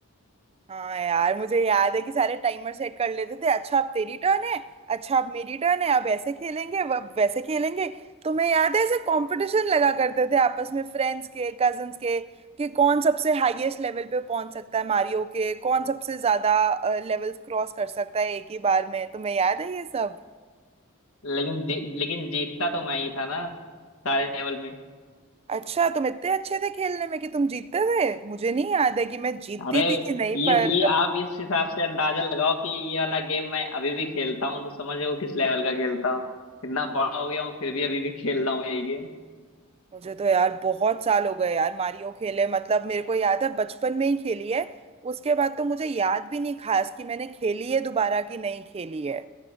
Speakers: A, on the right; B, on the left.
A: हाँ यार मुझे याद है कि सारे टाइमर सेट कर लेते थे अच्छा अब तेरी टर्न है अच्छा अब मेरी टर्न है अब ऐसे खेलेंगे अब वैसे खेलेंगे तुम्हें याद है ऐसे कंपटीशन लगा करते थे आपस में फ्रेंड्स के कजन्स के कि कौन सबसे हाईएस्ट लेवल पे पहुंच सकता है मारियो के कौन सबसे ज्यादा लेवल्स क्रॉस कर सकता है एक ही बार में तुम्हें याद है ये सब
B: लेकिन जी, लेकिन जीतता तो मैं ही था ना सारे लेवल में
A: अच्छा तुम इतने अच्छे थे खेलने में कि तुम जीतते थे मुझे नहीं याद है कि मैं जीतती
B: अरे
A: थी कि नहीं
B: ये
A: पर
B: ये आप इस हिसाब से अंदाजा लगाओ कि ये वाला गेम मैं अभी भी खेलता हूँ तो समझो किस लेवल का खेलता हूँ इतना बड़ा हो गया हूँ फिर भी अभी भी खेल रहा हूँ यही गेम
A: मुझे तो यार बहुत साल हो गए यार मारियो खेले मतलब मेरे को याद है बचपन में ही खेली है उसके बाद तो मुझे याद भी नहीं खास कि मैंने खेली है दोबारा कि नहीं खेली है